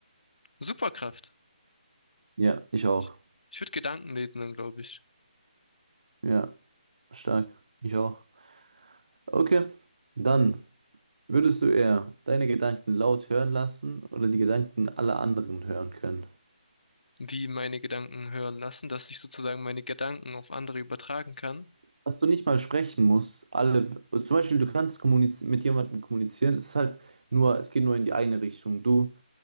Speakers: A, on the left; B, on the right.
A: Superkraft.
B: Ja, ich auch.
A: Ich, ich würde Gedanken lesen dann, glaube ich.
B: Ja. Stark, ich auch. Okay, dann würdest du eher deine Gedanken laut hören lassen oder die Gedanken aller anderen hören können?
A: wie meine Gedanken hören lassen, dass ich sozusagen meine Gedanken auf andere übertragen kann.
B: Dass du nicht mal sprechen musst, alle, also zum Beispiel, du kannst kommuniz- mit jemandem kommunizieren, es ist halt nur, es geht nur in die eine Richtung. Du,